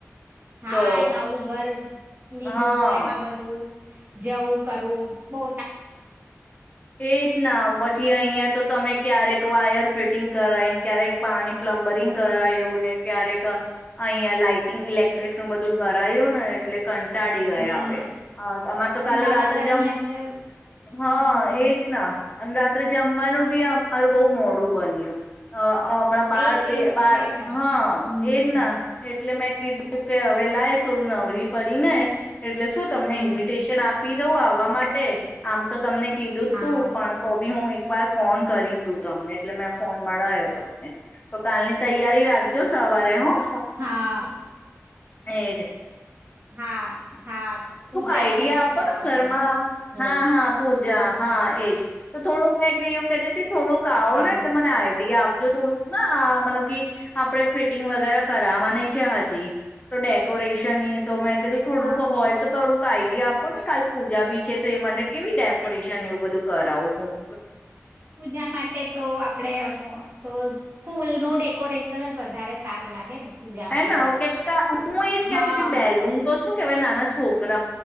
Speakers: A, on the right; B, on the left.
A: હા
B: તો
A: નવું ઘર લીધું
B: હા
A: એમાં બધું. જેવું કરવું બવ
B: એતના બ ચી અહિયાં તો તમે ક્યારેક વાયર ફિટિંગ કરાઈન ક્યારેક પાણી પ્લમ્બરિંગ કરાયું ને ક્યારેક અહિયાં લાાઈટિંગ ઇલેક્ટ્રિક નું બધું કરાયું ને એટલે કં ટાડી ગયા
A: હમ
B: હવે આમાં તો કાલ
A: નવા
B: રાત
A: ઘરની
B: જેમ
A: અંદર
B: હા
A: હમ
B: એજ ના. અને રાત્રે જમવાનું બી અમારું બહુ મોડું બન્યું. હમણાં બાર
A: એ તો
B: બે
A: એવું જ
B: બાર
A: થાય ને
B: હા
A: હમ
B: એજ ના એટલે મેં કીધ કે હવે લાય થોડું નવરી પડી ને. એટલે શું તમને
A: હમ
B: ઇન્વિટેશન આપી દઉં આવા મા ટે. આમ તો તમને કીધું જ
A: હા
B: તું પણ તો બી હું વાર ફોન કરી તું તમને એટલે મેં ફોન મળાયો તમને તો કાલની તૈયારી રાખજો સવારે હ.
A: હા.
B: હે જ
A: હા હા પૂજા
B: આઈડિયા
A: છે ને
B: આપો
A: હા
B: ઘરમાં
A: તમારા ઘ
B: હા હા પો. જ હા એજ તો થોડું મેં એવું કેતી તી. થોડુંક આવો
A: હા
B: ને એટલે મને આઈડીયા આપજો થોડુંક ના મતલબ કે આપડે ફિટિંગ વગેરે કરાવાની છે હજી તો ડેકોરેશની. તો મે કું થોડું
A: હા
B: કો હોય તો થોડું આઈડિયા આપો ને કાલ પૂજા બી છે. તો એ માટે કેવી ડેકોરેશન એવું બધું કરાવ છું.
A: પૂજા માટે તો આપડે એમ. તો ફૂલનું ડેકોરેશન જ વધારે સારું લાગે ને. પૂજામાં
B: હે ના
A: તો
B: એવુ કંઈકા હું એજ
A: હા
B: કેતી હતી બેલુન તો શું કેવાય નાના છોક